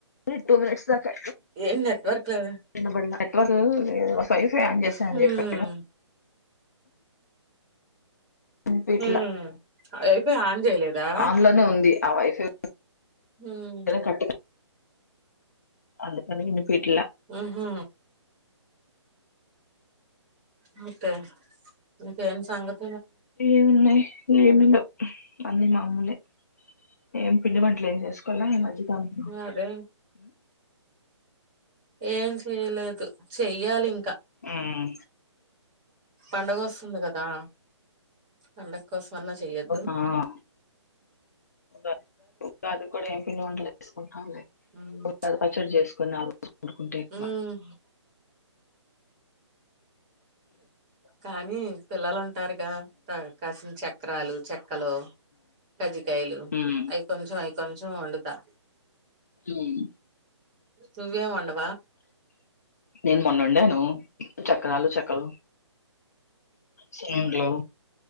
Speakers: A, on the left; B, on the right.
A: టు మినిట్స్ దాకా
B: ఏం నెట్వర్క్ లేదు
A: విన్నబడలే నెట్వర్క్ లే వైఫై యాన్ చేసా
B: హ్మ్
A: అని జెప్పాగా వినిపీయట్లే
B: హ్మ్ అయితే ఆన్ చేయలేదా
A: ఆన్లోనే ఉంది ఆ వైఫై
B: ఉమ్
A: కట్ అందుకని యినిపీయట్లే
B: హు హూ అంతే ఇంకేమ్ సంగతులు
A: ఏమున్నాయి ఏమి లేవ్ అన్ని మామూలే ఏం పిండి వంటలు ఏం జేసుకోలే ఈ మధ్యకాలంలో
B: అదే ఏం చేయలేదు చేయ్యాలి ఇంకా
A: ఉమ్
B: పండగ వస్తుంది గదా పండగ కోసం అన్నా చెయ్యొద్దు
A: ఆ ఉగాది ఉగాది కూడా ఏం పిండి వంటలు చేసుకుంటాం లే
B: హ్మ్
A: ఉగాది పచ్చడి చేసుకు కొన్ని ఆ రోజు వండుకుంటే ఎక్కువ
B: హ్మ్ కానీ పిల్లలు ఉంటా ఉంటారుగా కాసిన్ని చక్రాలు చెక్కలు కజ్జకాయలు
A: ఉమ్
B: అవి కొంచెం అవి కొంచెం వండుతా
A: ఉమ్
B: నువ్వె వండావ్
A: నేను మొన్నండాను చక్రాలు చెక్కలు సున్నుండలు